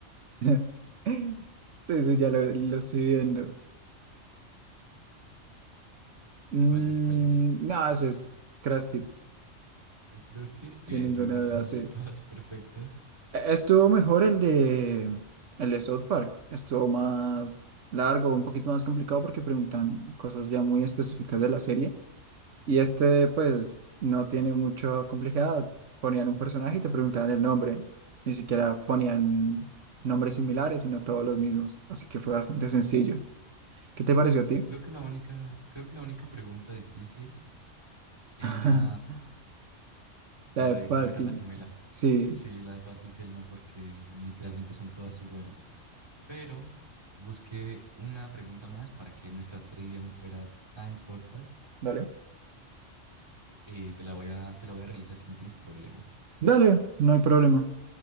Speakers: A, on the right (about 80°); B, on the right (about 20°).
A: <laughs> Sí, sí, ya lo, lo estoy viendo. Mm,
B: ¿Cuál es? ¿Cuál es?
A: no, ese es Krusty,
B: ¿El Krusty?
A: sin
B: Bien,
A: ninguna
B: tuvimos
A: duda,
B: todas,
A: sí.
B: <laughs> todas perfectas.
A: E- Estuvo mejor el de, el de South Park, estuvo más largo, un poquito más complicado porque preguntan cosas ya muy específicas de la serie. Y este, pues, no tiene mucha complejidad. Ponían un personaje y te preguntaban el nombre. Ni siquiera ponían nombres similares, sino todos los mismos. Así que fue bastante sencillo. ¿Qué te pareció a ti?
B: Y creo que la única, creo que la única pregunta difícil era
A: <laughs>
B: la
A: La de
B: de
A: Patty.
B: cuál era la gemela.
A: Sí.
B: Sí, la de Patty y Selma, porque literalmente son todas iguales. Pero busqué una pregunta más para que nuestra trivia no fuera tan corta
A: Dale.
B: y te la voy a, te la voy a realizar si no tienes problema.
A: Dale, no hay problema.